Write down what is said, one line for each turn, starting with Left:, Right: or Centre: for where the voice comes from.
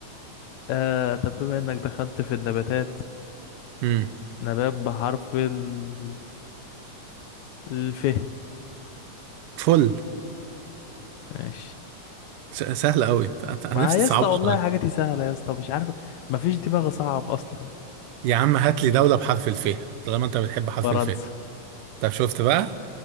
Left: <laughs> آه طب بما انك دخلت في النباتات
Right: امم
Left: نبات بحرف ال الف
Right: فل
Left: ماشي
Right: س- سهلة قوي انا
Left: ما
Right: نفسي
Left: يا
Right: تصعبها
Left: اسطى والله
Right: شوية
Left: حاجاتي سهلة يا اسطى مش عارف ما فيش دماغ صعب أصلا
Right: يا عم هات لي دولة بحرف الف طالما انت بتحب حرف
Left: فرنسا
Right: الف طب شفت بقى